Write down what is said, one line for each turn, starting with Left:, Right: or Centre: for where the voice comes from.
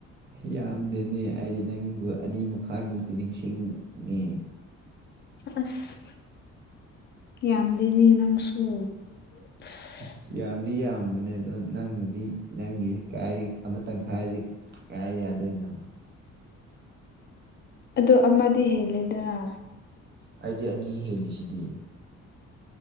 Right: ꯌꯥꯝꯗꯦꯅꯦ ꯑꯩꯗꯤ ꯅꯪꯕꯨ ꯑꯅꯤ ꯃꯈꯥꯏꯃꯨꯛꯇꯤ ꯅꯤꯡꯁꯤꯡꯉꯦ
Left: ꯑꯁ ꯌꯥꯝꯗꯦꯅꯦ ꯅꯪꯁꯨꯨ ꯑꯁ
Right: ꯑꯁ ꯌꯥꯝꯗꯤ ꯌꯥꯝꯕꯅꯦ ꯑꯗꯣ ꯅꯪꯅꯗꯤ ꯅꯪꯒꯤ ꯀꯥꯏꯗꯒꯤ ꯑꯃ ꯇꯪꯈꯥꯏꯗꯤ ꯀꯥꯏ ꯌꯥꯗꯣꯏꯅ
Left: ꯑꯗꯣ ꯑꯃꯗꯤ ꯍꯦꯜꯂꯦꯗꯅ
Right: ꯑꯩꯗꯤ ꯑꯅꯤ ꯍꯦꯜꯂꯤꯁꯤꯗꯤ